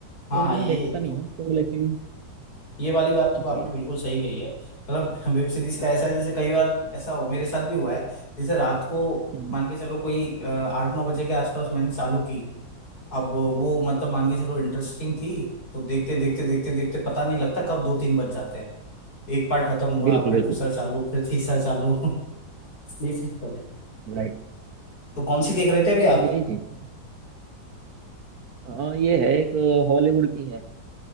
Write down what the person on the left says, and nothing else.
हाँ
ये
तो
ये वाली बात तो
आपने बिल्कुल सही कही है मतलब <laughs> वेब सीरीज का ऐसा है जैसे कई बार ऐसा हो मेरे साथ भी हुआ है जैसे रात को
मान के चलो कोई अ, आठ नौ बजे के आसपास मैंने चालू की अब वो मतलब मान के चलो इंटरेस्टिंग थी तो देखते देखते देखते देखते पता नहीं लगता कब दो तीन बज जाते हैं एक पार्ट खत्म हुआ
फिर
दूसरा चालू फिर तीसरा चालू ये चीज़ तो है।
<laughs> तो कौन सी देख रहे थे अभी आप